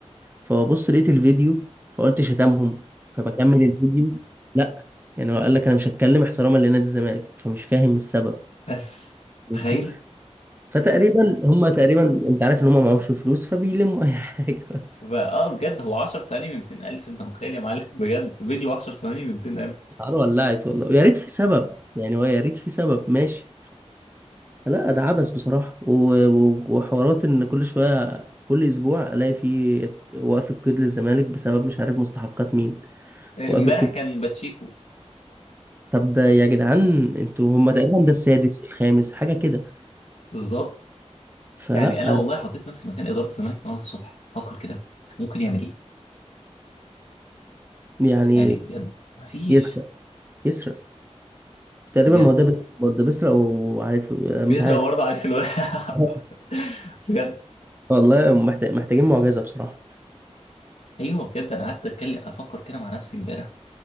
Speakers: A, on the right; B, on the left.
A: فببص لقيت الفيديو فقلت شتمهم فبكمل الفيديو لا يعني هو قال لك انا مش هتكلم احتراما لنادي الزمالك فمش فاهم السبب
B: بس
A: انتوا
B: تخيل
A: فتقريبا هم تقريبا انت عارف ان هم معهمش فلوس فبيلموا اي حاجه <laughs>
B: ب- اه بجد هو 10 ثواني ب 200000 انت متخيل يا معلم بجد فيديو 10 ثواني ب 200000
A: الحوار ولعت والله ويا ريت في سبب يعني هو يا ريت في سبب ماشي لا ده عبث بصراحة و- و- وحوارات ان كل شوية كل اسبوع الاقي فيه وقف القيد للزمالك بسبب مش عارف مستحقات مين
B: امبارح
A: وقف القيد
B: كان باتشيكو
A: طب ده يا جدعان انتوا هما تقريبا ده السادس الخامس حاجة كده
B: بالظبط
A: فلا
B: يعني انا والله حطيت نفسي مكان اداره الزمالك النهارده الصبح فكر كده ممكن يعمل ايه
A: يعني
B: يعني بجد مفيش
A: يسرق يسرق تقريبا
B: بجد
A: ما هو ده بيسرق ما هو ده بيسرق وعليه فلوس مش
B: بيزرع
A: عارف
B: برضه عليه الولد
A: <laughs>
B: <laughs> بجد
A: والله محتاج محتاجين معجزة بصراحة
B: ايوه بجد انا قعدت اتكلم افكر كده مع نفسي امبارح